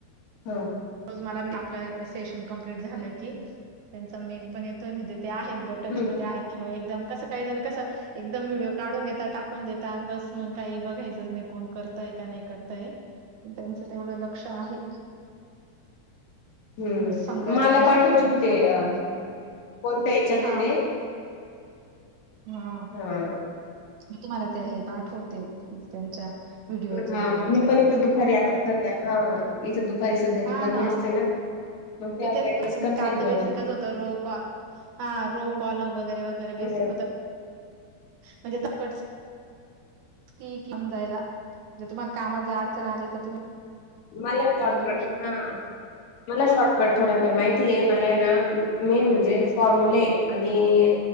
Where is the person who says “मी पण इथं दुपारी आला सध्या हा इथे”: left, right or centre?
Left